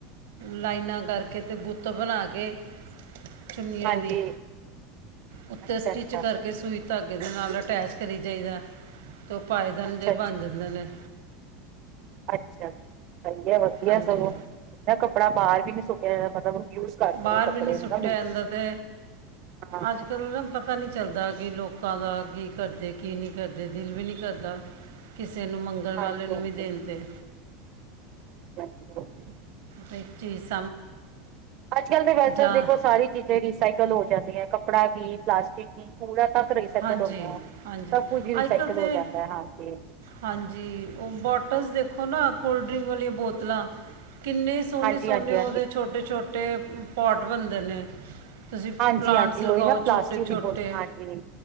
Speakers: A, on the right (about 75°); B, on the right (about 50°).
A: ਲਾਈਨਾਂ ਕਰਕੇ ਤੇ ਬੁੱਤ ਬਣਾ ਕੇ ਚੁੰਨੀਆਂ
B: ਹਾਂਜੀ
A: ਦੀ ਉੱਤੇ
B: ਅੱਛਾ
A: ਸਟਿੱਚ
B: ਅੱਛਾ
A: ਕਰਕੇ ਸੂਈ ਧਾਗੇ ਦੇ ਨਾਲ ਅਟੈਚ ਕਰੀ ਜਾਈਦਾ ਤ ਉਹ ਪਾਏਦੇਨ
B: ਅੱਛਾ
A: ਜੇ ਬਣ ਜਾਂਦੇ ਨੇ
B: ਅੱਛਾੱ ਸਹੀ ਹੈ ਵਧੀਆ
A: ਹਾਂਜੀ
B: ਸਗੋਂ ਨਾ ਕੱਪੜਾ ਬਾਹਰ ਵੀ ਨੀ ਸੁੱਕਿਆ ਮਤਲਬ ਯੂਜ ਕਰਦੇ
A: ਬਾਹਰ
B: ਕੱਪੜੇ
A: ਵੀ ਨੀ ਸੁੱਟਿਆ
B: ਨੂੰ ਨਾ ਮਿਲ
A: ਜਾਂਦਾ ਤੇ
B: ਹਾਂ
A: ਅੱਜ ਕੱਲ ਨਾ ਪਤਾ ਨੀ ਚੱਲਦਾ ਕਿ ਲੋਕਾਂ ਦਾ ਕੀ ਕਰਦੇ ਕੀ ਨਹੀਂ ਕਰਦੇ ਦਿਲ ਵੀ ਨਹੀਂ ਕਿਸੇ ਨੂੰ ਮੰਗਣ ਵਾਲੇ
B: ਹਾਂਜੀ
A: ਨੂੰ
B: ਹਾਂਜੀ
A: ਵੀ ਦੇਣਦੇ
B: ਹਮ।
A: ਪੈਂਤੀਸ
B: ਅੱਜ ਕੱਲ ਤਾਂ ਵੈਸੇ
A: ਜਾਂ
B: ਦੇਖੋ ਸਾਰੀ ਚੀਜ਼ਾਂ ਹੀ ਸਾਈਕਲ ਹੋ ਜਾਂਦੀ ਹੈ ਕੱਪੜਾ ਵੀ, ਪਲਾਸਟਿਕ ਵੀ ਪੂਰਾ ਰੀਸਾਈਕਲ
A: ਹਾਂਜੀ
B: ਹੁੰਦਾ ਹੈ
A: ਹਾਂਜੀ
B: ਸਭ ਕੁਝ ਹੀ ਰੀਸਾਈਕਲ
A: ਅੱਜ ਕੱਲ੍ਹ ਤੇ
B: ਹੋ ਜਾਂਦਾ ਹਾਂਜੀ
A: ਹਾਂਜੀ ਉਹ ਬੋਟਸ ਦੇਖੋ ਨਾ ਕੋਲਡ ਡਰਿੰਕ ਵਾਲੀਆਂ ਬੋਤਲਾਂ ਕਿੰਨੇ ਸੋਹਣੇ
B: ਹਾਂਜੀ
A: ਸੋਹਣੇ
B: ਹਾਂਜੀ
A: ਉਹਦੇ
B: ਹਾਂਜੀ
A: ਛੋਟੇ ਛੋਟੇ ਛੋਟੇ ਪੋਟ ਬਣਦੇ ਨੇ ਤੁਸੀਂ
B: ਹਾਂਜੀ
A: ਪਲਾਂਟਸ
B: ਹਾਂਜੀ
A: ਲਗਾਓ
B: ਉਹੀ ਨਾ ਪਲਾਸਟਿਕ
A: ਛੋਟੇ ਛੋਟੇ
B: ਦੀ ਬੋ ਹਾਂਜੀ